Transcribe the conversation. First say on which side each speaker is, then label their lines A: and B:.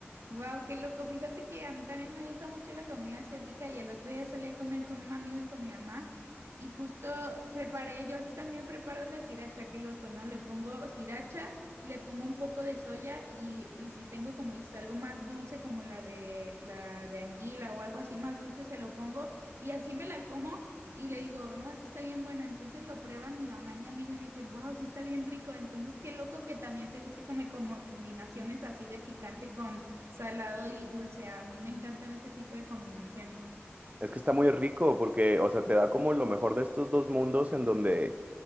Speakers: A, on the right (about 80°); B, on the right (about 35°).
A: Wow, qué loco. Fíjate que a mí también me gusta mucho la comida asiática y el otro día salí a comer con un amigo y con mi mamá y justo preparé, yo así también preparo la sriracha, qué loco, ¿no? Le pongo sriracha, le pongo un poco de soya y, y si tengo como dices algo más dulce como la de la de anguila o algo así más dulce se lo pongo y así me la como. Y le digo, no, es que está bien buena. Entonces lo prueban mi mamá y mi amigo y dicen, wow, sí está bien rico. Entonces qué loco que también te guste como, como combinaciones así de picante con, Salado y dulce, a mí me encantan ese tipo de combinaciones.
B: Es que está muy rico porque, o sea, te da como lo mejor de estos dos mundos en donde,